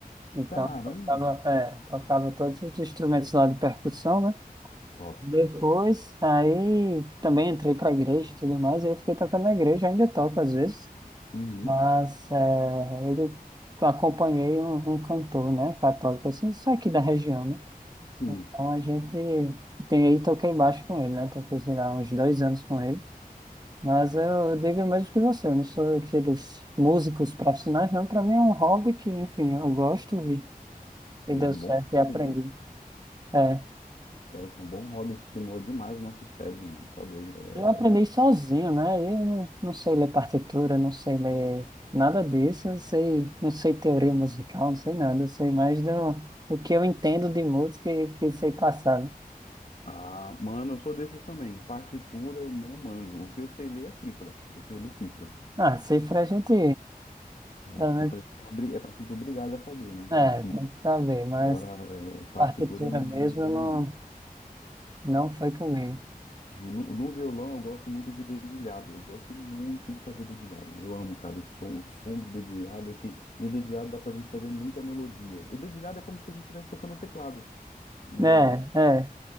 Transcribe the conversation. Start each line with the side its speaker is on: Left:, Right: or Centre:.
Right: Então,
Left: Caramba!
Right: tocava, é, tocava todos os instrumentos lá de percussão, né?
Left: Top.
Right: Depois, aí também entrei para a igreja e tudo mais, aí fiquei tocando na igreja, ainda toco às vezes,
Left: Uhum,
Right: mas é, eu acompanhei um, um cantor, né, católico, assim, só aqui da região, né?
Left: Sim.
Right: Então a gente tem aí, toquei baixo com ele, né? Toquei, sei lá, uns dois anos com ele. Mas eu digo o mesmo que você, eu não sou aqueles músicos profissionais, não. Para mim é um hobby que, enfim, eu gosto e, e
Left: E
Right: deu
Left: é um
Right: certo
Left: bom
Right: e
Left: hobby,
Right: aprendi.
Left: né?
Right: É,
Left: Olha que é um bom hobby estimula demais o nosso cérebro, mano. Tá doido, velho.
Right: Eu aprendi
Left: É...
Right: sozinho, né? Eu não, não sei ler partitura, não sei ler nada disso, não sei, não sei teoria musical, não sei nada, eu sei mais do, do que eu entendo de música e que sei passar. né?
Left: Ah, mano, eu sou desses também. Partitura eu não manjo. O que eu sei ler é cifra. Eu sei ler cifra.
Right: Ah, cifra a gente,
Left: É,
Right: pelo
Left: cifra
Right: menos,
Left: a gente é, obri- é praticamente obrigado a saber, né?
Right: é,
Left: Sim.
Right: tem que saber, mas
Left: Agora, é, partitura
Right: partitura
Left: não, não
Right: mesmo
Left: é meu bom,
Right: eu não,
Left: não.
Right: não foi comigo.
Left: E No, no violão eu gosto muito de dedilhado. Eu gosto muito de fazer dedilhado. Eu amo, cara, o som, o som do dedilhado, que no dedilhado dá pra gente fazer muita melodia. O dedilhado é como se a gente estivesse tocando o teclado, né?
Right: É, é.